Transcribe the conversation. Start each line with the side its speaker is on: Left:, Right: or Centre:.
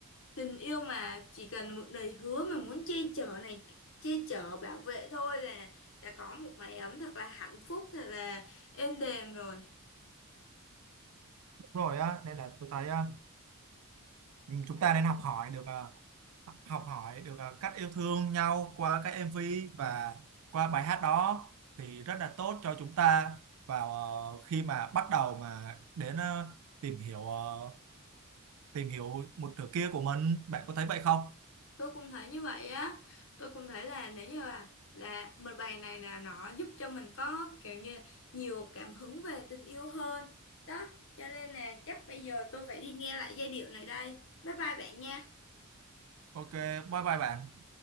Left: tình yêu mà chỉ cần một lời hứa mà muốn che chở này che chở bảo vệ thôi là đã có một mái ấm thật là hạnh phúc thật là êm đềm rồi
Right: đúng rồi á nên là tôi thấy à, ừ, chúng ta nên học hỏi được à, học hỏi được à, cách yêu thương nhau qua các MV và qua bài hát đó thì rất là tốt cho chúng ta vào ờ, khi mà bắt đầu mà đến ờ, tìm hiểu ờ, tìm hiểu một nửa kia của mình bạn có thấy vậy không
Left: tôi cũng thấy như vậy á tôi cũng thấy là nếu như là là mình bài này là nó giúp cho mình có kiểu như nhiều cảm hứng về tình yêu hơn đó cho nên là chắc bây giờ tôi phải đi nghe lại giai điệu này đây bye bye bạn nha
Right: ok bye bye bạn